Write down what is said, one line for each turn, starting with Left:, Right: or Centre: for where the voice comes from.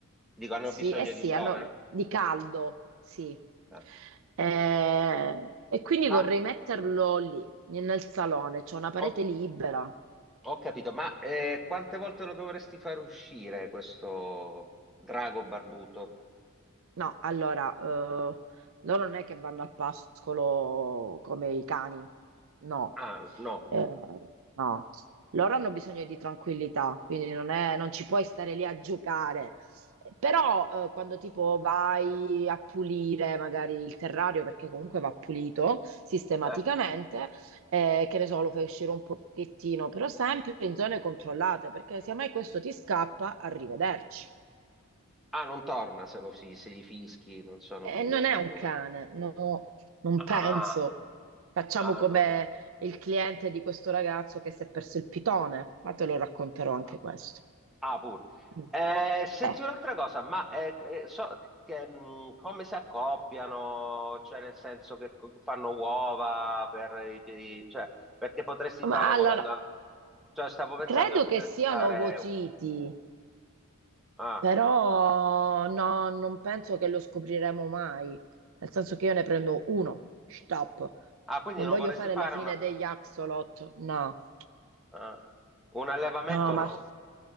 Centre: Dico, hanno
Right: sì,
Centre: bisogno
Right: eh sì,
Centre: di sole,
Right: hanno di caldo, sì.
Centre: no?
Right: Eh, e quindi
Centre: Ma
Right: vorrei metterlo lì, nel salone, c'è una parete
Centre: ho,
Right: libera.
Centre: ho capito, ma eh, quante volte lo dovresti far uscire questo drago barbuto?
Right: No, allora, eh, loro non è che vanno al pascolo come i cani, no,
Centre: Ah, no.
Right: Eh, no, loro hanno bisogno di tranquillità, quindi non è- non ci puoi stare lì a giocare. Però, eh, quando tipo vai a pulire magari il terrario, perché comunque va pulito sistematicamente,
Centre: Eh.
Right: eh, che ne so, lo fai uscire un pochettino, però sempre in zone controllate, perché se mai questo ti scappa, arrivederci.
Centre: Ah, non torna se, lo fi- se gli fischi non sono
Right: Eh,
Centre: obbedienti
Right: non è un
Centre: come...
Right: cane, no, non
Centre: Ah,
Right: penso. Facciamo
Centre: ah,
Right: come
Centre: oh.
Right: il cliente di questo ragazzo che si è perso il pitone, ma te lo racconterò
Centre: Ah,
Right: anche questo.
Centre: ah, pure.
Right: Mm.
Centre: Eh, senti
Right: Eh.
Centre: un'altra cosa, ma eh, eh, so che, mh, come si accoppiano? Cioè, nel senso che co- fanno uova per i piedi, cioè, perché potresti
Right: Ma
Centre: fare
Right: allora,
Centre: volendo anche... Cioè, stavo pensando
Right: credo
Centre: che potresti
Right: che siano
Centre: fare...
Right: ovociti,
Centre: Ah,
Right: però no, non penso che lo scopriremo mai. Nel senso che io ne prendo uno, stop.
Centre: Ah, quindi
Right: Non
Centre: non
Right: voglio
Centre: vorresti
Right: fare
Centre: fare
Right: la fine
Centre: una...
Right: degli axolot, no.
Centre: ah, un allevamento,
Right: No, ma
Centre: no.